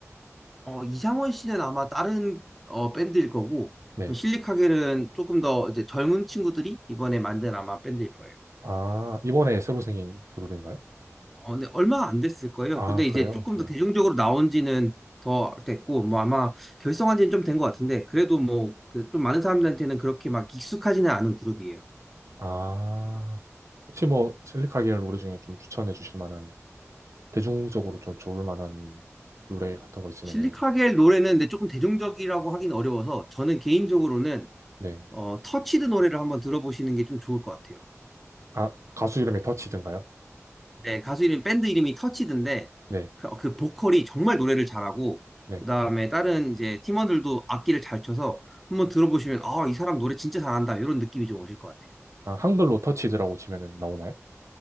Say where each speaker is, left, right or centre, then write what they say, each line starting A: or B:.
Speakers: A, in the centre; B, on the right.
A: 어, 이상원 씨는 아마 다른 어, 밴드일 거고,
B: 네.
A: 뭐 실리카겔은 조금 더 이제 젊은 친구들이 이번에 만든 아마 밴드일 거예요.
B: 아, 이번에 새로 생긴 그룹인가요?
A: 어, 네, 얼마 안 됐을 거예요.
B: 아,
A: 근데 이제
B: 그래요?
A: 조금
B: 네.
A: 더 대중적으로 나온 지는 더 됐고, 뭐 아마 결성한 지는 좀 된 것 같은데, 그래도 뭐, 그 좀 많은 사람들한테는 그렇게 막 익숙하지는 않은 그룹이에요.
B: 아, 혹시 뭐 실리카겔 노래 중에 좀 추천해 주실 만한, 대중적으로 좀 좋을 만한 노래 같은 거 있으면은,
A: 실리카겔 노래는 근데 조금 대중적이라고 하긴 어려워서, 저는 개인적으로는,
B: 네.
A: 어, 터치드 노래를 한번 들어보시는 게 좀 좋을 것 같아요.
B: 아, 가수 이름이 더치든가요?
A: 네, 가수 이름, 밴드 이름이 터치드인데,
B: 네.
A: 그, 그 보컬이 정말 노래를 잘하고,
B: 네.
A: 그 다음에 다른 이제 팀원들도 악기를 잘 쳐서 한번 들어보시면, 아, 이 사람 노래 진짜 잘한다, 이런 느낌이 좀 오실 것 같아요.
B: 아, 한글로 터치드라고 치면은 나오나요?